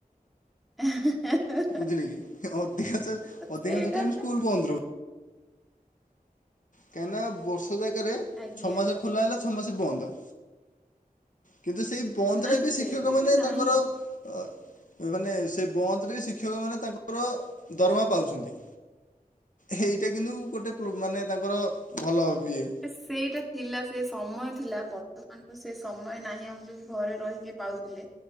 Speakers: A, in the centre; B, on the left (about 55°).
A: <unintelligible> ହେଁ ହେଁ।
B: ବୁଝିଲେକି ଅଧିକାଂଶ ଅଧିକାଂଶ
A: ସେଇଟା
B: ଟାଇମ
A: ତ
B: ସ୍କୁଲ ବନ୍ଦ ରହୁ କାହିଁନା ବର୍ଷ ଜାଗାରେ
A: ଆଜ୍ଞା
B: ଛଅମାସ ଖୋଲା ହେଲା ଛଅ ମାସ ବନ୍ଦ। କିନ୍ତୁ ସେଇ ବନ୍ଦରେବି
A: ନା ସେମିତି
B: ଶିକ୍ଷକ ମାନ
A: ନାହିଁ।
B: ତାଙ୍କର ଅଁ ମାନେ ସେ ବନ୍ଦରେ ଶିକ୍ଷକମାନେ ତାଙ୍କର ଦରମା ପାଉଛନ୍ତି। ହେଇଟା କିନ୍ତୁ ଗୋଟେ ପୋ ମାନେ ତାଙ୍କର ଭଲ ଇଏ।
A: ସେଇଟା ଥିଲା ସେ ସମୟ ଥିଲା ବର୍ତ୍ତମାନ ସେ ସମୟ ନାହିଁ ଆମେ ଯୋଉ ଘରେ ରହିକି ପାଉଥିଲେ।